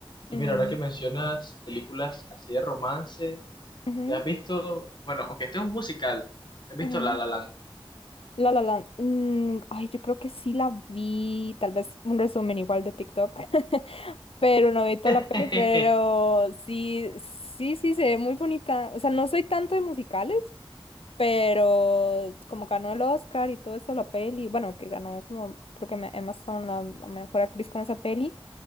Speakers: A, on the left; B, on the left.
A: Y
B: Mm.
A: mira, ahora que mencionas películas así de romance,
B: Ujú,
A: ¿te has visto? Bueno, aunque este es un musical, ¿te has
B: ujú.
A: visto La La Land?
B: La La Land. mm, ay, yo creo que sí la vi, tal vez un resumen igual de TikTok, <laughs> pero no vi toda
A: <laughs>
B: la peli, pero sí, sí, sí, se ve muy bonita. O sea, no soy tanto de musicales, pero como ganó el Oscar y todo eso, la peli, bueno, que ganó como, creo que me- Emma Stone, la, la mejor actriz con esa peli,